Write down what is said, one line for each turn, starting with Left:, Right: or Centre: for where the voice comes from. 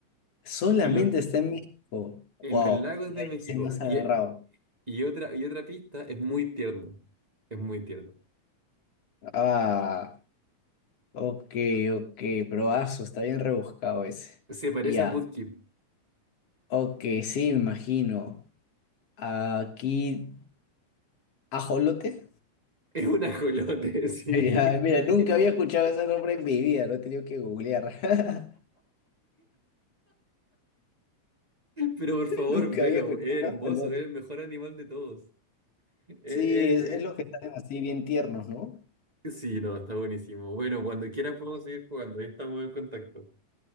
Left: Solamente
Right: en los,
Left: está en México. Wow.
Right: en los lagos
Left: Y
Right: de
Left: ahí
Right: México.
Left: se me has agarrado.
Right: Y, e- y, otra, y otra pista, es muy tierno. Es muy tierno.
Left: Ah, ok, ok. Probazo, está bien rebuscado ese.
Right: Se parece
Left: Ya.
Right: a Mudkip.
Left: Ok, sí, me imagino. Aquí, ajolote. <laughs>
Right: Es un ajolote, <laughs> sí.
Left: Ya, mira, nunca había escuchado ese nombre en mi vida, lo he tenido que googlear. <laughs>
Right: Pero por favor,
Left: Nunca
Right: velo,
Left: había escuchado
Right: es
Left: un
Right: hermoso,
Left: ajolote.
Right: es el mejor animal de todos. Eh, eh,
Left: Sí, es, es lo
Right: eh,
Left: que están así bien tiernos, ¿no?
Right: Sí, no, está buenísimo. Bueno, cuando quieras podemos seguir jugando, ahí estamos en contacto.